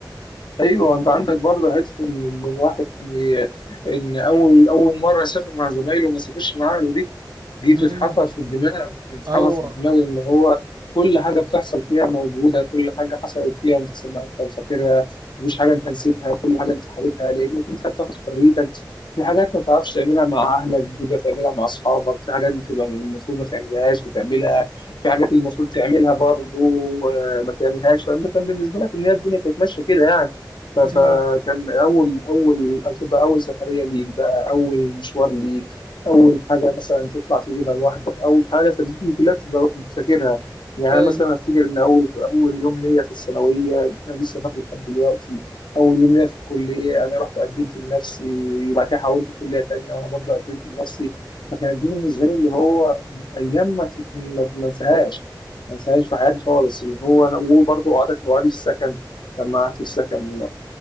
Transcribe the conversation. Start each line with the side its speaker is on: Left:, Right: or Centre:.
Left: ايوه انت عندك برضه حته ان إن الواحد كان ي- ان اول اول مره سافر مع زمايله وما سافرش معاه دي بتتحفر
Right: امم
Left: في الدماغ بتتحفر
Right: ايوه
Left: في الدماغ اللي هو كل حاجة بتحصل فيها موجودة كل حاجة حصلت فيها انت سمع انت فاكرها مفيش حاجة انت نسيتها كل حاجة انت حاببها لأنك انت بتاخد حريتك في حاجات ما تعرفش تعملها مع أهلك بتبدأ تعملها مع أصحابك في حاجات بتبقى المفروض ما تعملهاش بتعملها في حاجات اللي المفروض تعملها برضه آه، ما تعملهاش فأنت كان بالنسبة لك إن هي الدنيا كانت ماشية كده يعني ف- فكان
Right: امم
Left: أول أول أو تبقى أول سفرية ليك بقى أول مشوار ليك اول حاجه مثلا تطلع تجيبها لوحدك اول حاجه فالدنيا كلها بتبقى فاكرها يعني
Right: ايوه
Left: أنا مثلا افتكر ان اول اول يوم ليا في الثانويه انا لسه فاكر لحد دلوقتي اول يوم ليا في الكليه انا رحت قدمت لنفسي وبعد كده حولت كليه تانيه وانا برضه قدمت لنفسي فكانت دي بالنسبه لي اللي هو ايام ما تت- ما ما انساهاش ما انساهاش في حياتي خالص اللي هو انا وبرضه قعدت قعدت في السكن لما قعدت في سكن